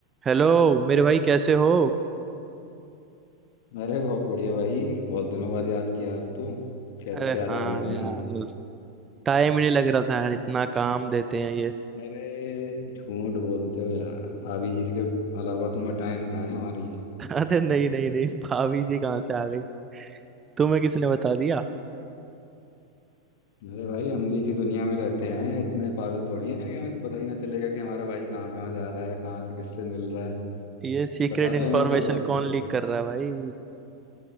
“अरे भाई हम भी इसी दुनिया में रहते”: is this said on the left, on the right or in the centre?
Left